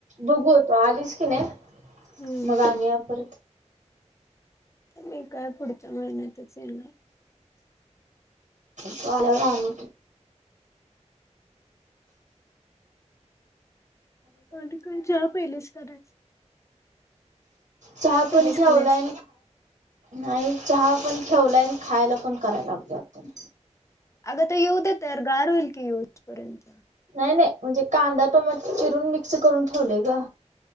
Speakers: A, on the right; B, on the left.
A: बघू तू आलीस की नाही,
B: हम्म
A: मग आनूया परत.
B: मी काय पुढच्या महिन्यातच येणार.
A: तू आलावर आणू.
B: मग आता काय चहा पिलेस का नाही?
A: चहा
B: पेलीस
A: पण ठेवलाईन.
B: का नाहीस
A: नाही चहा पण ठेवलायन. खायला पण कराय लागलो आता मी.
B: अग ते येऊ दे तर, गार होईल की येऊपर्यंत.
A: नाही नाही म्हणजे कांदा टोमॅट चिरून मिक्स करून ठेवलेय ग.